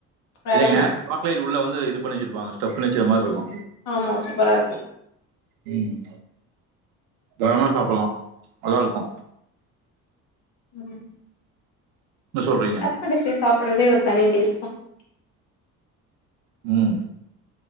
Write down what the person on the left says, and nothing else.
வேற
என்ன
ஆமா சூப்பரா இருக்கு
ம்
கடைசி சாப்பட்றதே ஒரு தனி டேஸ்டா தா